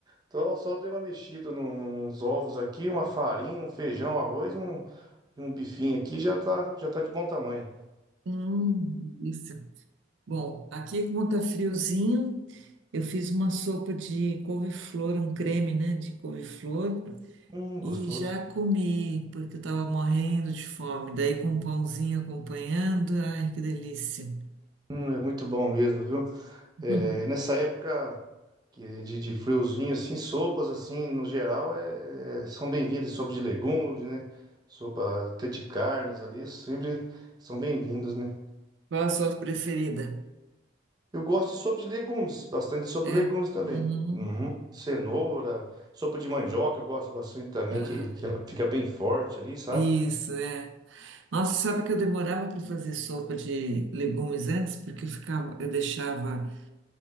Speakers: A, on the right (about 20°); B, on the right (about 80°).
A: Então, só dei uma mexida no, no- nos ovos aqui, uma farinha, um feijão, arroz e um, e um bifinho aqui, já tá, já tá de bom tamanho.
B: hum, isso. Bom, aqui como tá friozinho, eu fiz uma sopa de couve-flor, um creme, né, de couve-flor,
A: Hum,
B: e
A: gostoso.
B: já comi, porque eu tava morrendo de fome. Daí com um pãozinho acompanhando, ai, que delícia.
A: Hum, é muito bom mesmo, viu? É,
B: <laughs>
A: e nessa época que é de, de friozinho, assim, sopas, assim, no geral, é, é- são bem-vindas. Sopa de legumes, né? Sopa até de carnes ali, sempre são bem-vindas, né?
B: Qual a sua preferida?
A: Eu gosto de sopa de legumes, bastante sopa
B: É?
A: de legumes também.
B: Uhum.
A: Uhum. Cenoura, sopa de mandioca, eu gosto bastante também,
B: Ah,
A: que, que ela fica bem forte ali, sabe?
B: isso, é. Nossa, sabe que eu demorava para fazer sopa de legumes antes, porque eu ficava, eu deixava